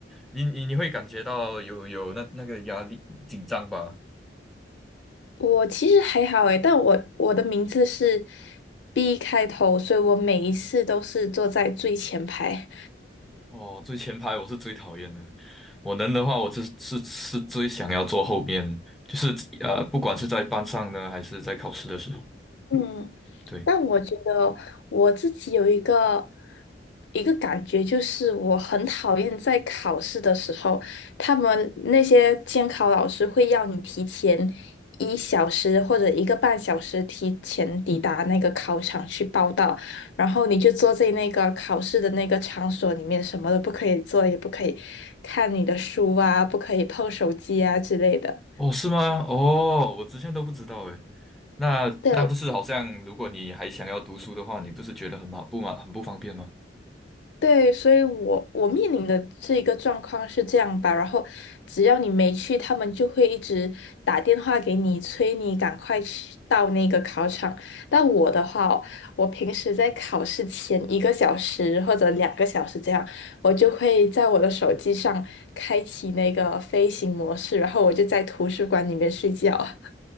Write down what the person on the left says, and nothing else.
我其实还好诶，但我我的名字是 B 开头，所以我每一次都是坐在最前排。
嗯，
那我觉得我自己有一个一个感觉，就是我很讨厌在考试的时候，他们那些监考老师会要你提前一小时或者一个半小时提前抵达那个考场去报到，然后你就坐在那个考试的那个场所里面，什么都不可以做，也不可以看你的书啊，不可以碰手机啊之类的。
对。
对，所以我我面临的这一个状况是这样吧，然后只要你没去，他们就会一直打电话给你，催你赶快去到那个考场。但我的话哦我平时在考试前一个小时或者两个小时这样，我就会在我的手机上开启那个飞行模式，然后我就在图书馆里面睡觉。<laughs>